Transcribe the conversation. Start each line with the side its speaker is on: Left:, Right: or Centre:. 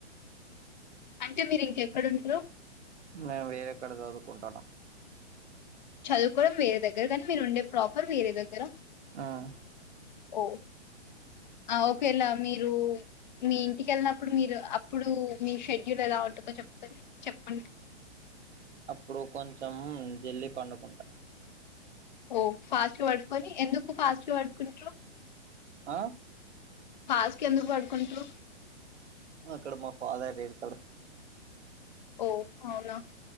Left: అంటే మీరు ఇంకెక్కడుంట్రూ
Right: ఆ వేరే కాడ చదువుకుంటున్న
Left: చదువుకోవాడం వేరే దగ్గర కానీ మీరు ఉండే ప్రా వేరేదగ్గర
Right: మ్మ్
Left: ఓ
Right: <unintelligible>
Left: ఓకేలా మీరు మీ ఇంటికిెళ్ళినప్పుడు మీరు అప్పుడు మీ షెడ్యూల్ ఎలా ఉంటుందో చెప్ప సరే చెప్పండి
Right: అప్పుడు కొంచెం జల్దీ పండుకుంటా
Left: ఓ ఫాస్ట్ పడుకొని ఎందుకు ఫాస్ట్ పడుకుంటారు
Right: ఆ
Left: ఫాస్ట్ గా ఎందుకు పడుకుంటారు
Right: అక్కడ మా ఫాదర్ లేరు పడు
Left: ఓ అవునా